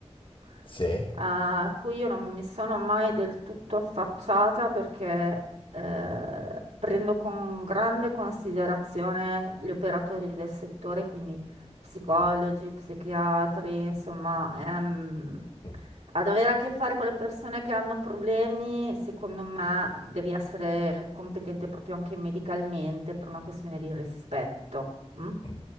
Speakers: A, on the right; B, on the left.
A: eh,
B: Sì.
A: a cui io non mi sono mai del tutto affacciata perché eh, prendo con grande considerazione gli operatori del settore, quindi psicologi,
B: Mm,
A: psichiatri, insomma, ehm,
B: mm,
A: ad avere a che fare con le persone che hanno problemi, secondo me devi essere competente proprio anche medicalmente per una questione di rispetto. mm?
B: mm,